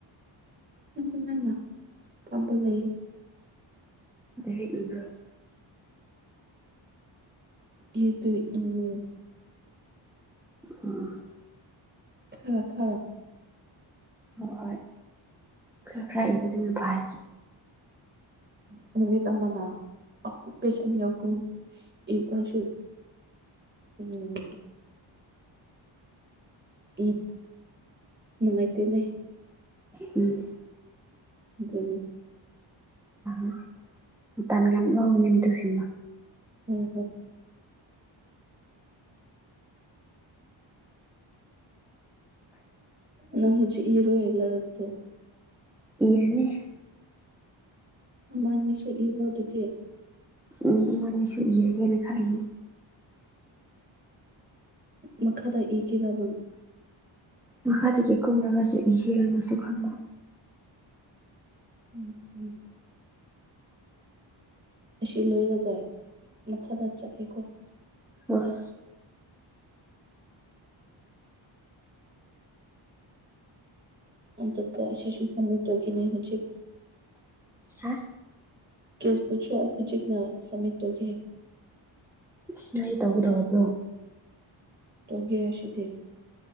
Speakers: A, on the right (about 20°); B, in the centre.
A: ꯑꯗꯨꯃꯥꯏꯅ ꯄꯥꯝꯕ ꯂꯩ
B: ꯑꯗꯨ ꯏꯕ꯭ꯔꯣ
A: ꯍ ꯇ ꯎ <unintelligible>
B: ꯎꯝ
A: ꯈꯔ ꯈꯔ
B: ꯍꯣꯏ ꯍꯣꯏ ꯈꯔ ꯈꯔ ꯏꯕꯗꯨꯅ ꯐꯥꯏ
A: ꯑ ꯅꯨꯃꯤꯠ ꯑꯃꯅ ꯄꯦꯁ ꯑꯅꯤ ꯑꯍꯨꯝ ꯏꯕꯁꯨ ꯎꯝ ꯎ ꯅꯨꯡꯉꯥꯏꯏꯇꯦꯅꯦ
B: ꯎꯝ
A: ꯑꯗꯨꯅꯤ
B: ꯎ ꯃꯇꯝ ꯌꯥꯝ ꯂꯧꯕꯅꯤ ꯃꯨꯁꯤꯡꯅ
A: <unintelligible> ꯅꯪ ꯍꯧꯖꯤꯛ ꯏꯔꯣ ꯑꯦꯂꯔꯠꯇꯣ
B: ꯏꯔꯅꯤ
A: ꯃꯅꯤꯁꯨ ꯏꯔꯣ ꯑꯗꯨꯗꯤ
B: ꯎ ꯏꯕꯥꯟꯅꯤꯁꯨ ꯏꯔꯒꯦꯅ ꯈꯜꯂꯤꯅꯦ
A: ꯃꯈꯥꯗ ꯏꯒꯦꯔ ꯅꯪ
B: ꯃꯈꯥꯗꯒꯤ ꯀꯨꯝꯔꯒꯁꯨ ꯏꯁꯤꯔꯅꯁꯨ ꯈꯟꯕ
A: ꯎꯝ ꯎꯝ ꯑꯁꯤ ꯂꯣꯏꯔꯒ ꯃꯈꯥꯗ ꯆꯠꯀꯦꯀꯣ
B: ꯑꯥ
A: ꯑꯗꯨꯒ ꯑꯁꯤꯁꯨ ꯑꯃꯨꯛ ꯇꯧꯈꯤꯅꯤ ꯍꯧꯖꯤꯛ
B: ꯍꯥ
A: ꯀꯁ ꯄ ꯄꯨꯣ ꯍꯧꯨ ꯎꯆꯖꯤꯛꯅ ꯁꯃꯤ ꯇꯒꯤ
B: ꯑꯁꯃꯥꯏ ꯇꯧꯒꯗꯧꯔꯕ꯭ꯔꯣ
A: ꯇꯧꯒꯦ ꯑꯁꯦꯗꯤ